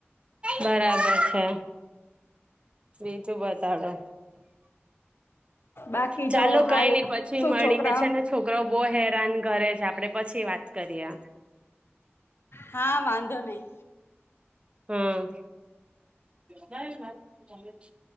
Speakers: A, on the right; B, on the left.
A: બરાબર છે બીજું બતાવે.
B: બાકી
A: ચાલો
B: જો
A: કઈ
B: હાલ
A: નઈ પછી
B: શું
A: મળીએ
B: છોકરાઓ
A: છે ને છોકરાઓ. બહુ હેરાન ઘરે છે આપડે પછી વાત કરીએ.
B: હા વાંધો નહી.
A: હમ. ના. <unintelligible>